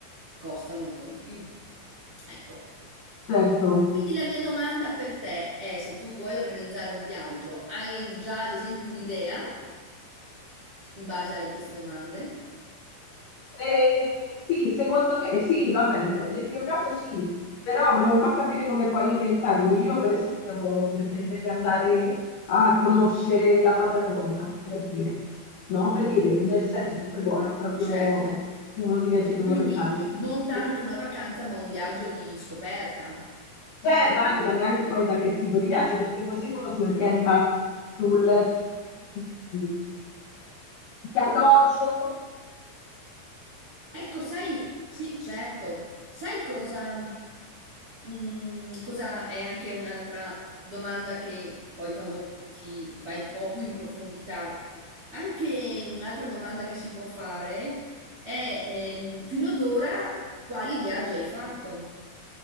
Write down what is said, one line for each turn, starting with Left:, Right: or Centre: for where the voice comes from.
Right: costano un po' di più. Ecco.
Left: Certo.
Right: Quindi la mia domanda per te è se tu vuoi organizzare un viaggio, hai già ad esempio un'idea in base a queste domande?
Left: Eh, sì, secondo me eh, sì, va bene, nel mio caso sì, però volevo un po' capire come poi orientarmi. Io, per esempio, preferirei andare a conoscere la Patagonia, per dire, no? Per dire, nel senso che quello è proprio
Right: Certo,
Left: uno dei viaggi che
Right: quindi
Left: vorrei fare.
Right: non tanto
Left: Eh,
Right: una vacanza ma un viaggio di scoperta.
Left: Terra, dipende anche poi da che tipo di viaggio, perché così uno si orienta sul tipo di di alloggio,
Right: Ecco, sai, sì, certo, sai cosa? Mm, cosa è anche un'altra domanda che poi quando ti vai un po' più in profondità, anche un'altra domanda che si può fare è ehm, fino ad ora quali viaggi hai fatto?